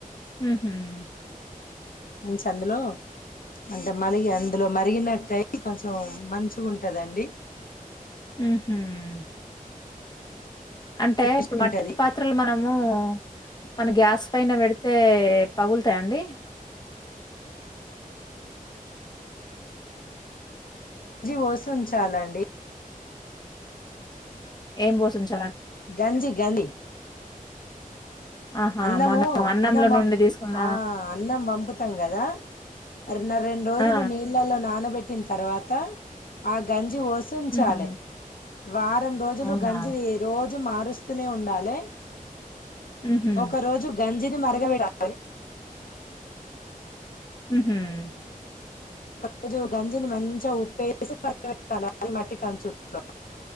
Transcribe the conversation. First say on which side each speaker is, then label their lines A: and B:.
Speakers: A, on the left; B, on the left.
A: ఉ హుమ్
B: ఉంచి అందులో అంటే మలిగి అందులో మరిగినట్టై కొంచెం మంచిగా ఉంటుందండి
A: ఆ హమ్ అంటే
B: టేస్ట్
A: ఇప్పుడు మట్టి
B: ఉంటది
A: పాత్రలు మనమూ మన గ్యాస్ పైన పెడితే పగులుతాయ అండి
B: జ సి ఉంచాలండి
A: ఏం పోసుంచి
B: గంజి గాంధీ
A: ఆహా!
B: అన్నము
A: మనం అన్నంలో
B: అన్నం
A: నుండి తీసుకున్న
B: ఆ అన్నం పంపుతాం కదా రన్నర రెండు రోజులు
A: ఆ! ఆ!
B: నీళ్ళలో నానబెట్టి టి తర్వాత ఆ గంజి పోసించాలి
A: హుహు.
B: వారం రోజులు
A: అవునా?
B: గంజి రోజు రోజు మారుస్తూనే ఉండాలి
A: హుహు.
B: ఒకరోజు గాంజి అ మరగండాల
A: ఉహు ఉమ్మ్
B: ఒక రోజు గంజిని మంచిగా ఉప్పేసి మరట్టాలి అది మట్టి కంచుట్లో